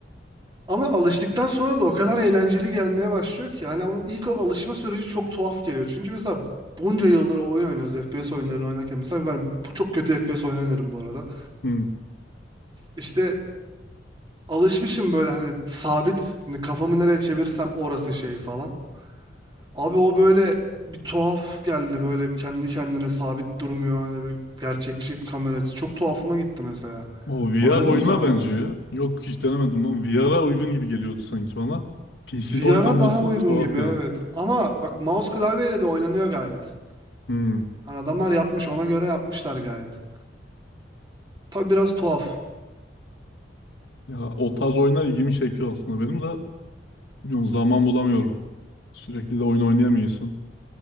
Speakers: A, on the right (about 25°); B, on the left (about 75°).
A: ama alıştıktan sonra da o kadar eğlenceli gelmeye başlıyor ki yani ama ilk o alışma süreci çok tuhaf geliyor. Çünkü mesela bunca yıldır oyun oynuyoruz FPS oyunlarını oynarken mesela ben bu- çok kötü FPS oyunu oynarım bu arada.
B: hı.
A: İşte alışmışım böyle hani sabit hani kafamı nereye çevirirsem orası şey falan. Abi o böyle bir tuhaf geldi böyle kendi kendine sabit durmuyor hani bir gerçekçi bir kamera açısı. Çok tuhafıma gitti mesela.
B: O VR
A: Oynadın
B: oyuna
A: mı sen onu?
B: benziyor ya. Yok hiç denemedim ama VR'a uygun gibi geliyordu sanki bana. PC'de
A: VR'a
B: oynanması
A: daha uygun
B: tuhaf
A: gibi
B: geldi.
A: evet. Ama bak mouse klavyeyle de oynanıyor gayet.
B: Hı.
A: Hani adamlar yapmış ona göre yapmışlar gayet. Tabi biraz tuhaf.
B: Ya o tarz oyunlar ilgimi çekiyor aslında benim de. Bilmiyorum zaman bulamıyorum. Sürekli de oyun oynayamıyorsun.